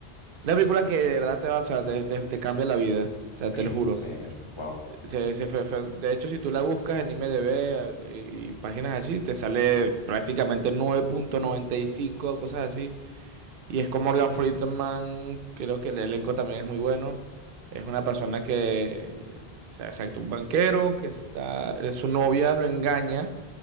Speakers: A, on the right; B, on the left.
A: Una película que de verdad te va, o sea, te, te- te cambia la vida, o sea, te
B: En
A: lo
B: serio,
A: juro.
B: wow.
A: Se- se fue- fue- de hecho, si tú la buscas en IMDb eh, y, y páginas así, te sale prácticamente 9.95 o cosas así. Y es con Morgan Freeman, creo que el elenco también es muy bueno. Es una persona que, o sea, exacto, un banquero que está, su novia lo engaña,